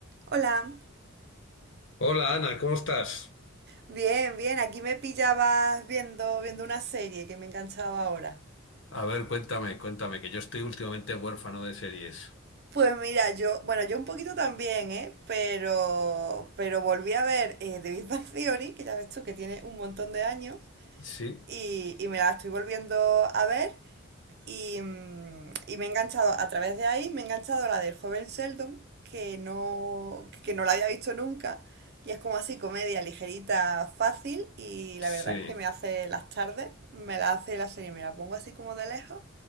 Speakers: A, on the right (about 55°); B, on the left (about 65°).
A: Hola,
B: Hola Ana, ¿cómo estás?
A: bien, bien, aquí me pillabas viendo, viendo una serie que me enganchaba ahora.
B: A ver, cuéntame, cuéntame, que yo estoy últimamente huérfano de series.
A: Pues mira, yo, bueno, yo un poquito también, ¿eh? Pero, pero volví a ver eh, The Big Bang Theory, que ya ves tú que tiene un montón de años,
B: Sí,
A: y, y me la estoy volviendo a ver, Y, mm, y me he enganchado, a través de ahí, me he enganchado a la del joven Sheldon, que no, que no la había visto nunca. Y es como así, comedia ligerita, fácil. Y
B: sí,
A: la verdad es que me hace las tardes, me la hace la serie, me la pongo así como de lejos.